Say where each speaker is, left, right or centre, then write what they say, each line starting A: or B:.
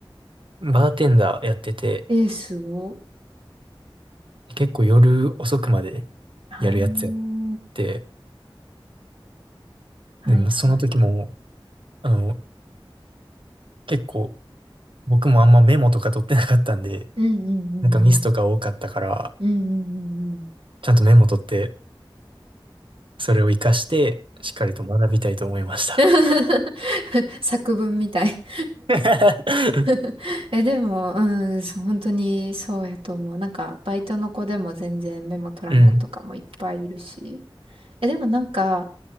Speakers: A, on the right; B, on the right.
A: バーテンダーやってて、
B: えー、すご。
A: 結構夜遅くまで
B: ああ、
A: やるやつやって、
B: はいはい。
A: でもその時も、あの、結構僕もあんまメモとか取ってなかったんで、
B: うんうん
A: なんかミスとか多かったから、
B: うんうん。うんうんうんうん。
A: ちゃんとメモ取って、それを活かして、しっかりと学びたいと思いました。
B: <laughs> 作文みたい <laughs>
A: <laughs>
B: <laughs> え、でも、うん、そう本当にそうやと思う。なんか、バイトの子でも全然メモ取らん子とかもいっぱいいるし。
A: うん。
B: え、でもなんか、